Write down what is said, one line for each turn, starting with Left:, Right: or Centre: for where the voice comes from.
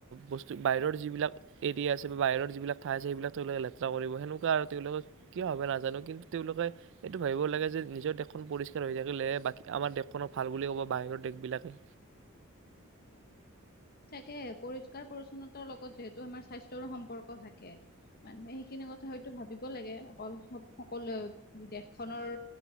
Right: বস্তু বাহিৰৰ যিবিলাক এৰিয়া আছে বা বাহিৰ যিবিলাক ঠাই আছে, সেইবিলাক তেওঁলোকে লেতেৰা কৰিব। সেনেকুৱা আৰু তেওঁলোকৰ কিয়া ভাবে নাজানো। কিন্তু তেওঁলোকে এইটো ভাবিব লাগে যে নিজৰ দেশখন পৰিষ্কাৰ হৈ থাকিলেহে বাকী আমাৰ দেশখনক ভাল বুলি ক'ব বা বাহিৰৰ দেশবিলাকে
Left: <inaudible> তাকে পৰিষ্কাৰ পৰিচ্ছন্নতাৰ লগত যিহেতু আমাৰ স্বাস্থ্যৰো সম্পৰ্ক থাকে। মানুহে সেইখিনি কথা ভাবিব লাগে। অকল সকলো দেশখনৰ